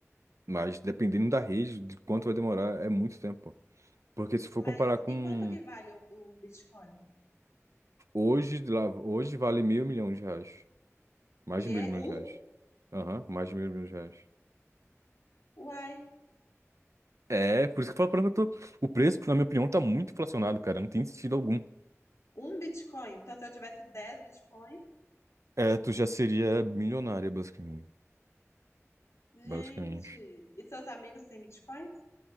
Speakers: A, on the right; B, on the left.
A: mas dependendo da rede, de quanto vai demorar, é muito tempo. Porque se for
B: Mas
A: comparar com
B: e quanto que vale o- um Bitcoin?
A: hoje, de lá, hoje vale meio milhão de reais. Mais
B: Que
A: de meio
B: é
A: milhão
B: um?
A: de reais. Aham, mais de meio milhão de reais.
B: Uai,
A: É, por isso que eu falo pra mim que eu tô... o preço, na minha opinião, tá muito inflacionado, cara. Não tem sentido algum.
B: um Bitcoin. Então, se eu tivesse dez Bitcoins,
A: É, tu já seria milionária, basicamente.
B: gente,
A: Basicamente.
B: e seus amigos têm Bitcoins?